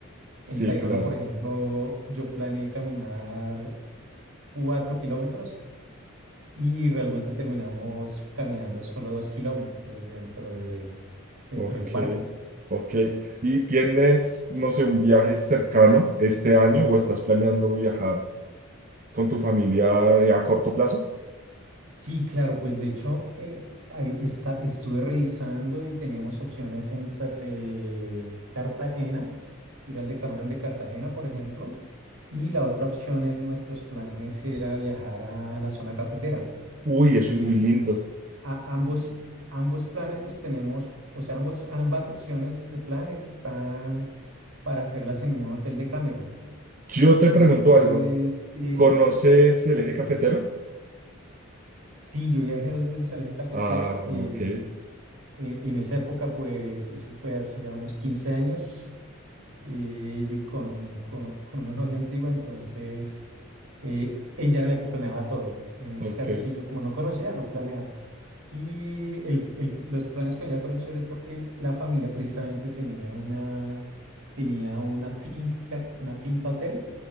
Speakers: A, on the right (about 40°); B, on the right (about 70°).
A: sí,
B: en Tayrona,
A: claro.
B: por ejemplo, yo planeé caminar cuatro kilómetros y realmente terminamos caminando solo dos kilómetros dentro de, dentro
A: Ok,
B: del parque.
A: ok. ¿Y tienes, no sé, un viaje cercano este año o estás planeando viajar con tu familia eh, a corto plazo?
B: Sí, claro, pues de hecho eh, ahí está, estuve revisando y teníamos opciones entre Cartagena, ir al Decameron de Cartagena, por ejemplo, y la otra opción en nuestros planes era viajar a la zona cafetera.
A: Uy, eso
B: Eh,
A: es muy lindo.
B: a- ambos, ambos planes los tenemos, o sea, ambos, ambas opciones de plan están para hacerlas en un hotel de Cameron.
A: Yo te
B: Entonces,
A: pregunto algo.
B: eh,
A: ¿Conoces el
B: sí,
A: eje cafetero?
B: sí, yo viajé dos veces al eje cafetero.
A: Ah,
B: es-
A: ok,
B: eh, en esa época, pues, eso fue hace ya unos 15 años, eh, con, con, con una <laughs> novia antigua, entonces eh, ella era la que planeaba todo. En ese
A: ok.
B: caso, sí, yo como no conocía, no planeaba. Y el, el- los planes con ella fueron chéveres porque la familia precisamente tenía una, tenía una finca, una finca hotel